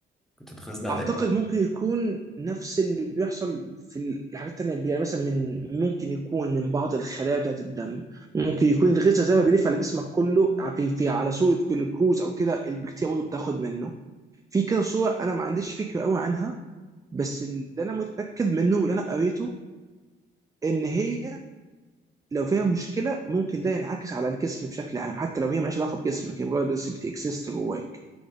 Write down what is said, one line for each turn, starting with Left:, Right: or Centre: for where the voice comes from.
Centre: بتتغذى على
Right: اعتقد
Centre: ايه
Right: ممكن يكون نفس اللي بيحصل في الحاجات التانية يعني مثلا من ممكن يكون من بعض الخلايا بتاعت الدم ممكن يكون الغذاء زي ما بيلف على جسمك كله في, في على صورة جلوكوز او كده البكتيريا برضه بتاخد منه في كده صور انا ما عنديش فكرة قوي عنها بس اللي انا متأكد منه واللي انا قريته ان هي لو فيها مشكله ممكن ده ينعكس على الجسم بشكل عام حتى لو هي مالهاش علاقه بجسمك هي مجرد بس بتكسست جواك